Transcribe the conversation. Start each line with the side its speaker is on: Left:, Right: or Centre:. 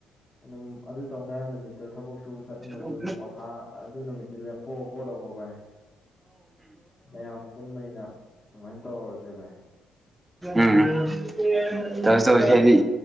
Left: ꯑꯗꯨꯝ ꯑꯗꯨ ꯇꯧꯅꯤ ꯍꯥꯏꯕ ꯅꯨꯃꯤꯠꯇꯣ ꯊꯕꯛ ꯁꯨꯕ ꯆꯠꯂꯝꯃꯁꯨ
Right: ꯎꯝ
Left: ꯑꯗꯨꯝ ꯄꯣꯊꯥ ꯑꯗꯨ ꯅꯨꯃꯤꯠꯇꯤ ꯂꯦꯞꯊꯣꯛꯑꯣ ꯈꯣꯠꯂꯣ ꯈꯣꯠꯄꯥꯏ ꯃꯌꯥꯝ ꯄꯨꯟꯕꯅꯤꯅ ꯑꯗꯨꯃꯥꯏꯅ ꯇꯧꯔꯁꯦꯕꯥꯏ
Right: ꯎꯝ ꯇ ꯇꯧ
Left: ꯑꯗꯣ
Right: ꯍꯥꯏꯗꯤ